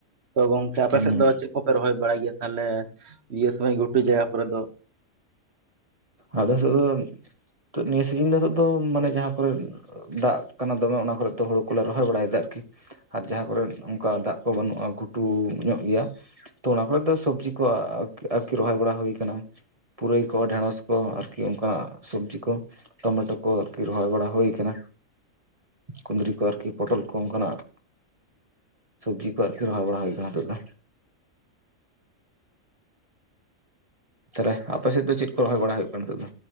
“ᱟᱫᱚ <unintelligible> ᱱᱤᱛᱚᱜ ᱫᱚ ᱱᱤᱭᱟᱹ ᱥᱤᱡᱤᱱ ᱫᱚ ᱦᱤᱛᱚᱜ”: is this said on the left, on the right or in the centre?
Right